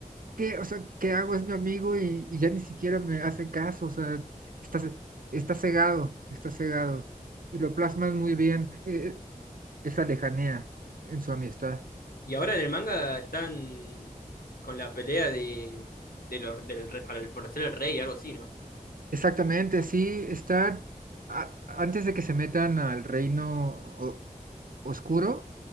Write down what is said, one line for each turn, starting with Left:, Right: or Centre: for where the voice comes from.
Right: ¿qué, o sea, ¿qué hago? Es mi amigo y, y ya ni siquiera me hace caso, o sea, está, ce- está cegado, está cegado. Y lo plasman muy bien, eh, esa lejanía en su amistad.
Left: Y ahora en el manga están con la pelea de, de los, del, re- para el- por ser el rey, algo así, ¿no?
Right: Exactamente, sí, está a- antes de que se metan al reino o- oscuro